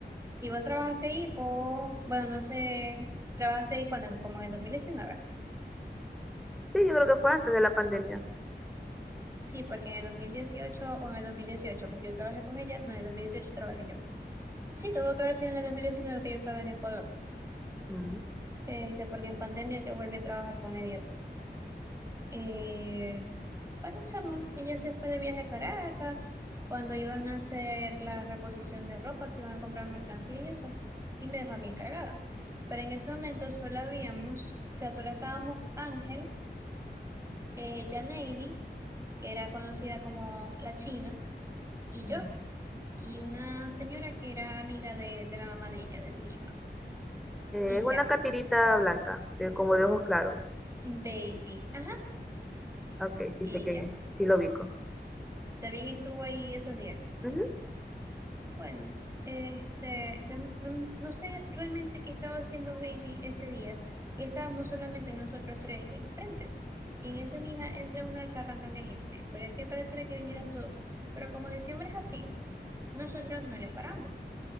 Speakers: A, on the right; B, in the centre.
A: si vos trabajaste ahí, vos, bueno, no sé, trabajaste ahí cuando, como en el 2019.
B: sí, yo creo que fue antes de la pandemia.
A: Sí, porque en el 2018 o en el 2018, porque yo trabajé con ella, no, en el 2018 trabajé yo. Sí, tuvo que haber sido en el 2019 que yo estaba en Ecuador,
B: Ujú,
A: este, porque en pandemia yo volví a trabajar con ella, Eh, bueno, chama, ella se fue de viaje a Caracas cuando iban a hacer la reposición de ropa, que iban a comprar mercancía y eso, y me dejó a mí encargada. Pero en ese momento solo habíamos, o sea, solo estábamos Ángel, eh, Janeidi, que era conocida como la China, y
B: ujú.
A: yo, y una señora que era amiga de, de la mamá de ella, de Lima.
B: Eh,
A: Y
B: es una
A: ya,
B: catirita blanca, de, como de ojos claros.
A: Baby, ajá,
B: Ok, sí
A: ella.
B: sé quién es, sí lo ubico.
A: También estuvo ahí esos días.
B: Ujú,
A: Bueno, este, yo no, no sé realmente qué estaba haciendo Bailey ese día y estábamos solamente nosotros tres en frente. Y en eso, mija, entra una carranda de gente, pero es que pareciera que vinieran todos juntos. Pero como diciembre es así, nosotros no les paramos.